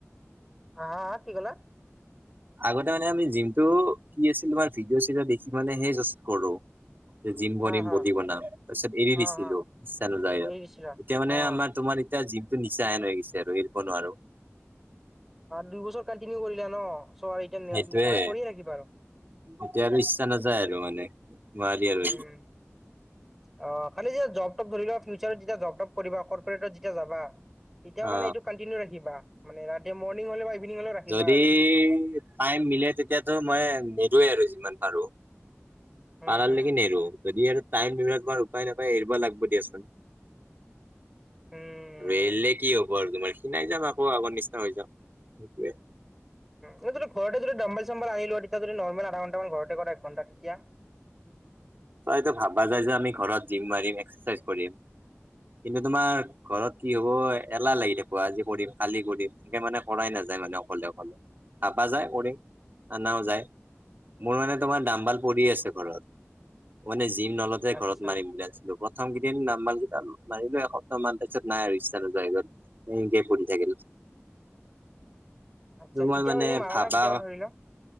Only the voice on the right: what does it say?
আগতে মানে আমি জিমটো কি আছিল তোমাৰ ভিডিঅ' চিডঅ দেখি মানে হেই জাচ কৰো জিম বনিম
বডি বনাম তাৰপিছত এৰি
দিছিলো
ইচ্ছা নাযায় এতিয়া
মানে
আমাৰ তোমাৰ এতিয়া জিমটো নিচা হেন হৈ গৈছে আৰু এৰিব নোৱাৰো।
সেইটোয়ে
এতিয়া আৰু ইচ্ছা নাযায় আৰু মানে। নোৱাৰি আৰু
অ
যদি
টাইম মিলে তেতিয়াতো মই নেদোৱে আৰু যিমান পাৰো। পাৰা
লেকি নেৰো যদি আৰু টাইম তোমাৰ উপায় নাপায় এৰিবা লাগবো দিয়াচোন।
<unintelligible> লে কি হব তোমাৰ খিনাই যাম আকৌ আগৰ নিচিনা হৈ যাম সেইটোৱে।
তাইটো ভাবা যায় যে আমি ঘৰত জিম মাৰিম এক্সাৰচাইজ কৰিম কিন্তু তোমাৰ ঘৰত কি হ'ব এলাহ লাগি থাকিব আজি কৰিম কালি কৰিম সনেকে মানে কৰাই নাযায় মানে অকলে অকলে। ভাবা যায় কৰিম আনাও যায় মোৰ মানে তোমাৰ দামবাল পৰি আছে ঘৰত। মানে জিম নলতে ঘৰত
মাৰিম বুলি ভাবচিলো প <unintelligible> প্ৰথম কেইদিন দামবালকেইটা মাৰিলো এসপ্তাহ মান তাৰ পিচত নাই আৰু ইচ্ছা নোহোৱা হৈ গল। একে পঢ়ি থাকিল। ত
মই
মানে
ভাবা